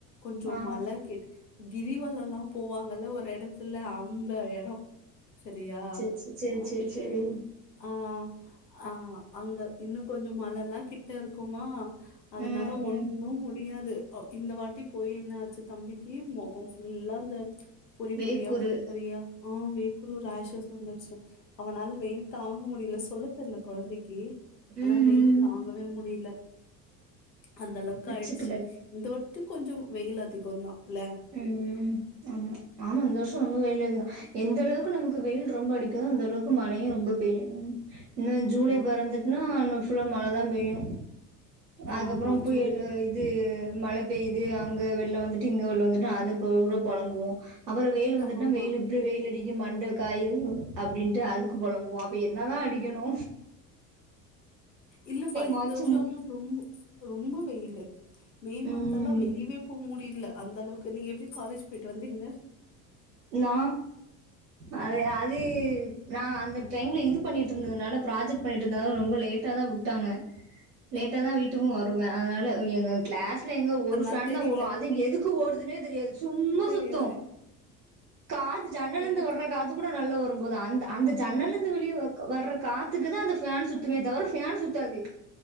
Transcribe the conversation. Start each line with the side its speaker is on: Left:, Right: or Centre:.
Left: கொஞ்சோ
Right: ஆ
Left: மழ கிட் கிரிவலல்லா போவாங்கல்ல ஒரு எடத்துல அந்த எடோ செரியா
Right: செரி செரி செரி
Left: ஆ ஆ அங்க இன்னு கொஞ்சோ மழல்லா கிட்ட இருக்குமா அதுனால
Right: ம்
Left: ஒண்ணு
Right: ம்
Left: முடியாது அ இந்த வாட்டி போய் என்ன ஆச்சி தம்பிக்கு மொகோ ஃபுல்லா அந்த பொரி
Right: வேர்க்குரு
Left: பொரியா பொரி பொரியா ஆ வேக்குரு ராஷஷ் வந்துர்சி அவனால வெயில் தாங்க முடியில சொல்ல தெர்ல கொழந்தைக்கு ஆனா
Right: ம்
Left: வெயில்
Right: ம்
Left: தாங்க வே முடியுல அந்த அளவுக்கு
Right: பச்ச
Left: ஆயிடுச்சு
Right: பிள்ளைல
Left: இந்த வட்டு கொஞ்சோ வெயில் அதிகோ தா இல்ல
Right: ம் ம் ஆமா ஆமா இந்த வர்ஷோ ரொம்போ வெயில் அதிகோ எந்த அளவுக்கு நமக்கு வெயில் ரொம்ப அடிக்குதோ அந்த அளவுக்கு மழையு ரொம்ப பெய்யு இன்னோ ஜூலை
Left: ஆமா,
Right: பெறந்துட்னா இன்னு ஃபுல்லா மழதா பெய்யு அதுக்கப்புறோ
Left: ஆமா.
Right: புயலு
Left: ஜூலை ப-
Right: இ து மழ பெய்து அங்க வெள்ளோ வந்துட்டு இங்க வெள்ளோ வந்துட்டு அத பூறா பொளம்புவோ அப்புறோ வெயிலு வந்துட்ன்னா
Left: ஆமா.
Right: வெயிலு இப்டி வெயில் அடிக்கு மண்ட காயுது அப்டீன்ட்டு அதுக்கு பொளம்புவோ அப்ப என்னதா அடிக்கணோ
Left: இல்லப்பா
Right: மாச்சும்
Left: இந்த வர்ஷோ ஆனா ரொம்ப ரொம்ப வெயிலு மே
Right: ம்
Left: மந்த்தெல்லா வெளியவே போ முடியுல அந்த அளவுக்கு நீங்க எப்டி காலேஜ் போயிட்டு வந்தீங்க
Right: நா அது அது நா அந்த டைம்ல இது பண்ணிட்டு இருந்ததுனால ப்ராஜெக்ட் பண்ணிட்டு இருந்தால ரொம்ப லேட்டா தா விட்டாங்க
Left: <inaudible>
Right: லேட்டா தா வீட்டுக்கும் வருவே அதனால எங்க கிளாஸ்ல எங்க ஒரு
Left: அதனால
Right: ஃபேன்
Left: தெரியல.
Right: தா ஓடோ அது எதுக் கு ஓடுதுனே தெரியாது சும்மா
Left: தெரியாது.
Right: சுத்தோ காத்து ஜன்னல
Left: ம்.
Right: இர்ந்து வர் ற காத்து கூட நல்லா வரும்போது அந்த அந்த ஜன்னல இர்ந்து வெளியே வர்ற காத்துக்கு தா அந்த ஃபேன் சுத் துமே தவர ஃபேன் சுத்தாது